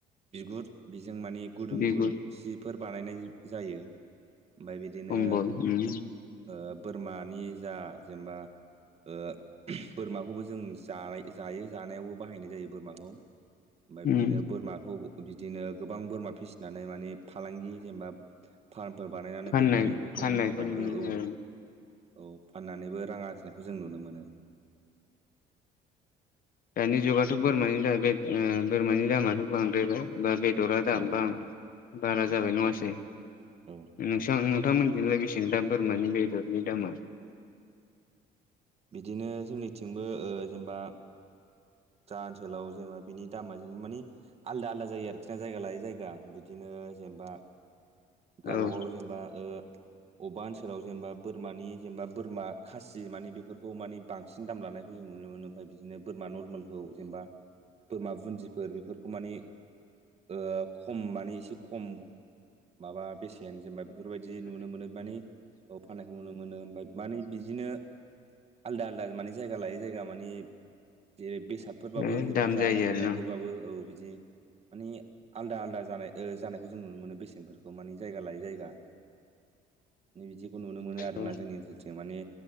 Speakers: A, on the right; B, on the left.
A: बिगुर बेजों मानि गुदुं
B: बिगुर
A: गुदुं जि फोर बानायनाय जायो। ओमफ्राय बिदिनो
B: खमबल उम
A: ओ बोरमानि जा जेनेबा ओ बोरमाखौबो जों जानाय जायो जानायावबो बाहायनाय जायो बोरमाखौ। ओमफ्राय बिदिनो
B: उम
A: बोरमाखौ बिदिनो गोबां बोरमा फिसिनानै माने फालांगि जेनेबा फार्मफोर बानायनानै
B: फाननाय
A: बोरमानि बेफोरनि
B: फाननायखौ
A: थाखायबो
B: नुनो मोनो
A: औ। औ फाननानैबो रां आरजिनायखौ जों नुनो मोनो।
B: दानि जुगावथ' बोरमानि दामाथ' बे बोरमानि दामाथ' बांद्रायबाय। बा बेदरा दाम
A: औ
B: बां बारा
A: औ
B: जाबाय नङासै?
A: औ
B: नोंसां नोंथांमोननिथिं बेसे दा बोरमानि बेदरनि दामा?
A: बिदिनो जोंनिथिंबो ओ जेनबा जा ओनसोलाव जेनबा बिनि दामाेन मानि आलादा आलदा जायो आरोखि ना जायगा लायै जायगा बिदिनो जेनेबा गाबा
B: औ ओ
A: गाव जेनेबा ओ अबेबा ओनसोलाव जेनेबा बोरमानि जेनेबा बोरमा खासि मानि बेफोरखौ मानि बां सिन दाम लानायखौ जों नुनो मोनो ओमफ्राय बिदिनो बोरमा नरमेलखौ जेनबा बोरमा बुन्दिफोर बेफोरखौ माने ओ खम माने एसे खम माबा बेसेन जेनेबा बेफोरबायदि नुनो मोनो मानि औ फाननायखौ नुनो मोनो <unintelligible> मानि बिदिनो आलदा आलदा मानि जायगा लायै जायगा मानि जेरै बेसाद फोरबाबो
B: ए
A: जेनेबा
B: दाम
A: जानाय
B: जायो
A: लोंनायफोरबाबो
B: आरोना
A: औ बिदि मानि आलदा आलदा जानाय ओ जानायखौ जों नुनो मोनो बेसेनफोरखौ बे माने जायगा लायै जायगा <unintelligible> बिदिखौ नुनो मोनो आरोना
B: औ
A: जोंनि ओनसोलथिं माने